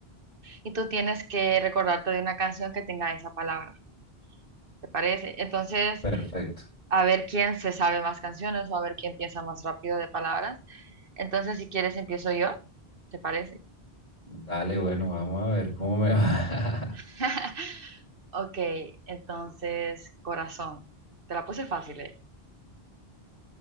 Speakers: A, on the right; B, on the left.
A: y tú tienes que recordarte de una canción que tenga esa palabra, ¿te parece? Entonces,
B: Perfecto.
A: a ver quién se sabe más canciones o a ver quién piensa más rápido de palabras. Entonces, si quieres, empiezo yo, ¿te parece?
B: Dale, bueno, vamos a ver cómo me va.
A: <laughs> Ok, entonces, corazón. Te la puse fácil, ¿eh?